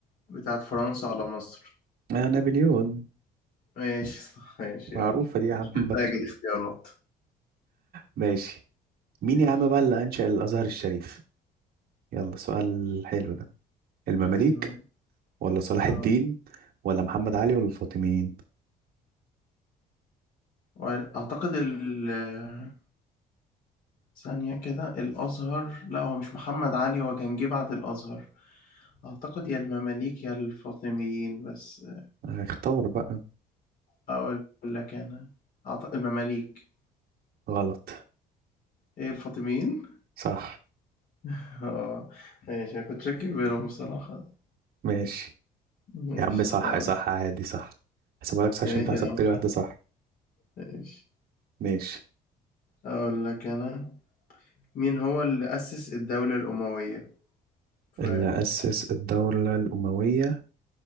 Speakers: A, on the left; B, on the right.
A: بتاعت فرنسا على مصر
B: آه نابليون
A: ماشي صح ماشي
B: معروفة
A: يلا
B: دي يا عم
A: مش
B: بقى.
A: محتاج الاختيارات
B: ماشي مين
A: ماشي
B: يا عم بقى اللي أنشأ الأزهر الشريف يلا سؤال حلو ده المماليك
A: حلو
B: ولا صلاح
A: اه
B: الدين ولا محمد علي ولا الفاطميين
A: واعتقد ال آه، ثانية كده الازهر لا هو مش محمد علي هو كان جه بعد الازهر أعتقد يا المماليك يا الفاطميين بس
B: آه، اختار بقى
A: أقول لك أنا أعتقد المماليك
B: غلط
A: إيه الفاطميين؟
B: صح
A: <laughs> آه ماشي أنا كنت شاكك بينهم بصراحة
B: ماشي
A: ماشي
B: يا عم صح
A: استنى
B: صح عادي صح هسيبها لك صح
A: ماشي
B: عشان انت
A: يا
B: حسبت
A: عم
B: لي واحدة صح
A: ماشي
B: ماشي
A: أقول لك أنا مين هو اللي أسس الدولة الأموية؟ فأديك
B: اللي أسس الدولة الأموية